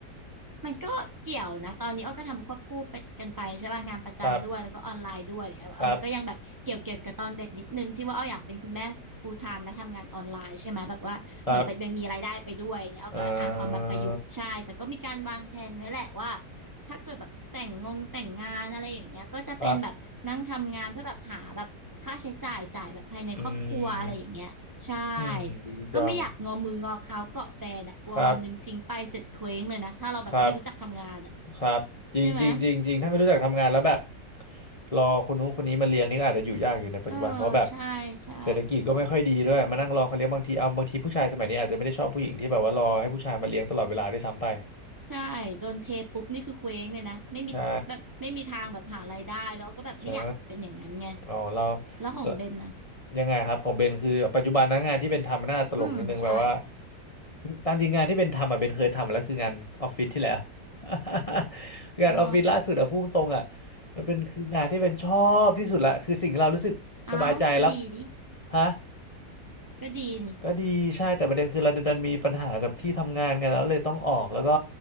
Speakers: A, on the right (about 20°); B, on the left (about 25°).
A: มันก็เกี่ยวนะตอนนี้อ้อก็ทำควบคู่ไปกันไปใช่ป่ะงานประจำด้วยแล้วก็ออนไลน์ด้วยเนี่ยเออมันก็ยังแบบเกี่ยวเกี่ยวกับตอนเด็กนิดนึงที่ว่าอ้ออยากเป็นคุณแม่
B: ๆครับ ครับ
A: full time และทำงานออนไลน์ใช่ไหมแบบว่าเหมือนแบบยังมีรายได้ไปด้วยเนี่ยอ้อก็อ่ะเอามาประยุกต์ใช่แต่ก็มีการวางแผนไว้แหละว่า
B: ครับอ่า
A: ถ้าเกิดแบบแต่งงงแต่งงานอะไรอย่างเงี้ยก็จะเป็นแบบนั่งทำงานเพื่อแบบหาแบบค่าใช้จ่ายจ่ายแบบภายในครอบครัวอะไรอย่างเงี้ยใช่
B: ครับอืมดีจัง
A: ก็ไม่อยากงอมืองอเข้าเกาะแฟนอ่ะกลัววันหนึ่งทิ้งไปเสร็จเคว้งเลยนะถ้าเราแบบไม่รู้จักทำงานอ่ะ
B: ครับ ครับครับจริงจริงจริงจริงถ้าไม่รู้จักทำงานแล้วแบบ
A: ใช่ไหม
B: รอคนนู้นคนนี้มาเลี้ยงนี่ก็อาจจะอยู่ยากอยู่ในปัจจุบันเพราะแบบ
A: เออใช่ใช่
B: เศรษฐกิจก็ไม่ค่อยดีด้วยมานั่งรอเขาเลี้ยงบางทีเอาบางทีผู้ชายสมัยนี้อาจจะไม่ได้ชอบผู้หญิงที่แบบว่ารอให้ผู้ชายมาเลี้ยงตลอดเวลาได้วยซ้ำไป
A: ใช่โดนเทปุ๊บนี่คือเคว้งเลยนะไม่มีแบบไม่มีทางแบบหารายได้แล้วก็แบบไม่อยากเป็นอย่างนั้นไง
B: ใช่ใช่ อ๋อเรา
A: แล้วของเบนนะ
B: เรายังไงครับของเบนคือปัจจุบันนะงานที่เบนทำมันน่าตลกนิดนึงแบบว่า
A: อืมใช่
B: ตามจริงงานที่เบนทำอ่ะเบนเคยทำมาแล้วคืองานออฟฟิศที่แล้ว <laughs> งานออฟฟิศล่าสุดอ่ะพุ่งตรงๆอ่ะ
A: อ๋อ
B: มันเป็นคืองานที่เบนชอบที่สุดละคือสิ่งเรารู้สึกสบายใจรับ
A: เอาก็ดีดิ
B: ฮะ
A: ก็ดีนี่
B: ก็ดีใช่แต่ประเด็นคือเราดันมีปัญหากับที่ทำงานไงแล้วเลยต้องออกแล้วก็